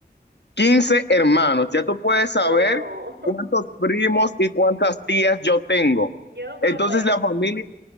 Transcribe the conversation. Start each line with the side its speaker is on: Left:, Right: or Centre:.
Left: 15 hermanos. Ya tú puedes saber
Right: No, <laughs>
Left: cuántos primos y cuántas tías yo tengo.
Right: yo no puedo
Left: Entonces
Right: creerlo.
Left: la familia